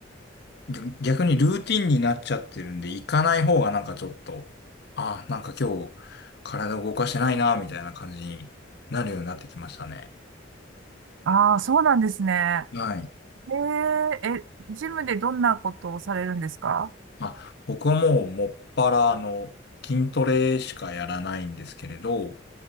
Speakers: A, on the left; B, on the right.
A: ぎょ逆にルーティンになっちゃってるんで、行かない方がなんかちょっと、ああ、なんか今日、体動かしてないな、みたいな感じになるようになってきましたね。
B: ああ、そうなんですね。
A: はい。
B: えええ、ジムでどんなことをされるんですか
A: あ、僕はもう、もっぱら、あの、筋トレしかやらないんですけれど、